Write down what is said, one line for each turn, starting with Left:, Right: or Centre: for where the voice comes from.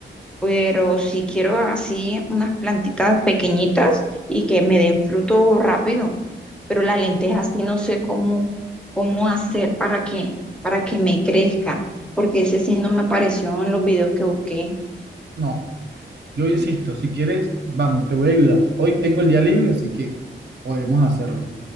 Centre: pero si quiero así unas plantitas pequeñitas y que me den fruto rápido. Pero la lenteja sí no sé cómo, cómo hacer para que, para que me crezca, porque ese sí no me apareció en los videos que busqué.
Right: No, Yo insisto, si quieres, vamos, te voy a ayudar. Hoy tengo el día libre, así que podemos hacerlo.